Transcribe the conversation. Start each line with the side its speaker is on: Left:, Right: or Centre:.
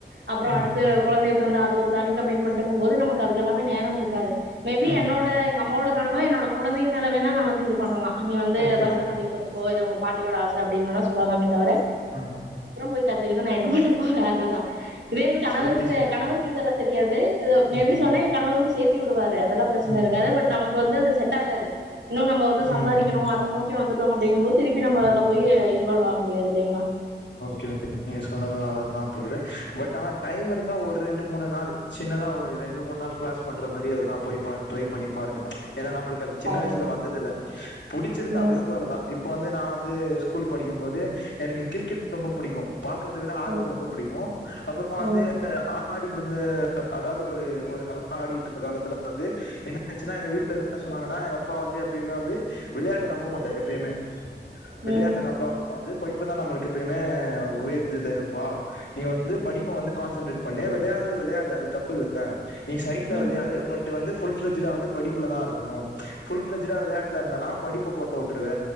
Right: அப்பறம்
Left: ம்
Right: அடுத்த கொழந்தை பிறந்த அது ஒரு தனி கமிட்மென்ட்ங்கு போது நமக்கு அதுகெல்லாமே நேர இருக்காது மே பி
Left: ம்
Right: என்னோட எங்க அம்மோட கனவ என்னோட கொழந்தை மேலவே நா வந்து பண்ணலா நீ வந்து
Left: ஓகே
Right: பரதநாட்டியத்துக்க உங்க பாட்டியோட ஆச அப்டின்னு சொல்லலாமே தவிர
Left: ஆ
Right: கத்துக்கட்டு நா என்ன பண்ண போறே அதுதா இதே கணவர்
Left: சரி
Right: கிட்ட
Left: சார்
Right: கணவர் இதெல்லா தெரியாது இது மே
Left: ம்
Right: பி சொன்னா எங்க கணவரும் சேத்தி விடுவாரு அதெல்லா பிரச்சன
Left: ம்
Right: இருக்காது பட் நமக்கு வந்து அது செட் ஆகாது இன்னு நம்ம வந்து சம்பாதிக்கணு
Left: ம் ம்
Right: அத நோக்கி வந்துட்டோ அப்டிங்கு போது திருப்பி நம்ம
Left: ம்
Right: அதுல போய் இன்வால்வ் ஆக முடியாது இல்லிங்களா
Left: கே கே நீங்க சொன்னதுனாலதா தோது பட் ஆனா டைம் இருந்தா ஒரு ரெண்டு மூணு நாள் சின்னதா ஒரு ரெண்டு மூண் நாள் கிளஸ் பண்ற மாரி அத நா போய் ட்ரை பண்ணி பாருங்க ஏனா நம்மளுக்கு அது சின்ன
Right: பாக்கலாம்
Left: வயசுல வந்ததில்ல புடிச்சிருந்தா
Right: ம்
Left: விருப்ப இருந்தா இப் இப்போ வந்து நா வந்து ஸ்கூல் படிக்கு போது எனக்கு கிரிக்கெட் ரொம்ப புடிக்கு பார்கறத விட ஆடுறது
Right: ம்
Left: ரொம்ப புடிக்கு அப்பறமா வந்து
Right: ம்
Left: ஆடி பாடி இருந்து அதாவது ஒரு ஒரு நல்லா ஆடிக்கிட்டு இருந்த காலத்துல வந்து என்ன ஆச்சுன்னா எங்க வீட்ல என்ன சொன்னாங்கன்னா எங்க அப்பா வந்து எப்பயுமே வந்து விளயாட்ட நம்ப மாட்டாரு எப்பயுமே
Right: ம்
Left: விளையாட்ட நம்பாம வந்து இப்பதா நமக்கு எப்பயுமே உயர்த்த திருப்பா நீ வந்து வந்து படிப்ப வந்து கான்சன்ட்டேட் பண்ணி வெளயாடுறது வெளயாடு அது தப்பு இல்ல நீ சைட்ல
Right: ம் ம் ம் ம் ம் ம் ம் ம் ம் ம்
Left: வெளயாடு பட் வந்து புல் ஃபெளஜ்சிடுலா வந்து படிப்புலா தா இருக்கணு ஃபுல் ஃபெளஜ்ச்சிடா வெளயாட்டுல இருந்த நா படிப்புல கோட்ட விற்றுவ